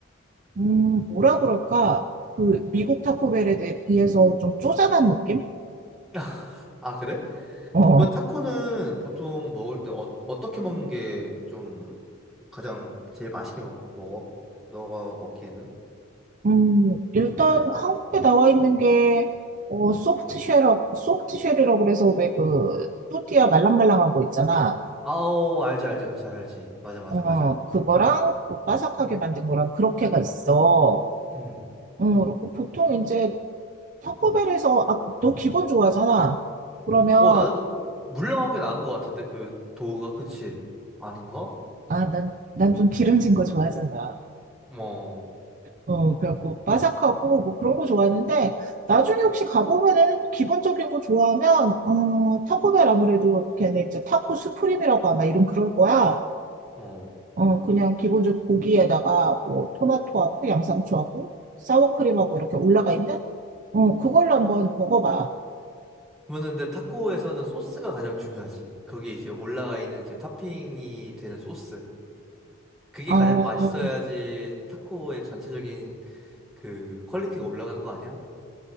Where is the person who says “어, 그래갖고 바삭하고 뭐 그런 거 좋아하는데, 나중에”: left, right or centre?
Right